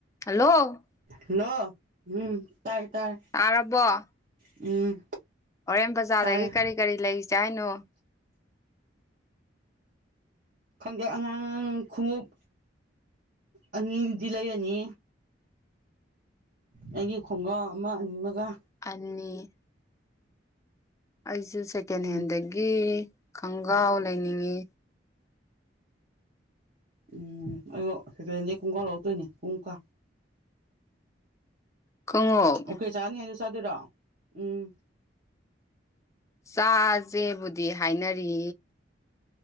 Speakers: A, on the left (about 15°); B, on the right (about 50°).
A: Hello
B: hello ꯎꯝ ꯇꯥꯏ ꯇꯥꯏ
A: ꯇꯥꯔꯕ‌ꯣ
B: ꯎꯝ
A: ꯍꯣꯔꯦꯟ ꯕꯖꯥꯔꯗꯒꯤ
B: ꯇꯥꯔꯦ
A: ꯀꯔꯤ ꯀꯔꯤ ꯂꯩꯖ‌ꯦ ꯍꯥꯏꯅꯣ
B: ꯈꯪꯗꯦ ꯑꯉꯥꯡ ꯈꯣꯡꯎꯞ ꯑꯅꯤꯗꯤ ꯂꯩ ꯌꯅꯤ ꯑꯩꯒꯤ ꯈꯣꯡꯒꯥꯎ ꯑꯃ ꯑꯅꯤꯃꯒ
A: ꯑꯅꯤ ꯑꯩꯖꯨ ꯁꯦꯀꯦꯟ
B: ꯎꯝ
A: ꯍꯦꯟꯗꯒꯤ ꯈꯪꯒꯥꯎ ꯂꯩꯅꯤꯡꯉꯤ
B: ꯎꯝ ꯑꯗꯣ ꯁꯦꯀꯦꯟꯗꯗꯤ ꯀꯨꯡꯀꯥ ꯂꯧꯔꯛꯇꯣꯏꯅꯦ ꯀꯨꯡꯀꯥ
A: ꯈꯣꯉꯨꯞ
B: ꯑꯣꯀꯦ ꯆꯥꯅꯤ ꯍꯥꯏꯗ ꯆꯥꯗꯣꯏꯔꯣ ꯎꯝ
A: ꯆꯥꯖꯦꯕꯨꯗꯤ ꯍꯥꯏꯅꯔꯤ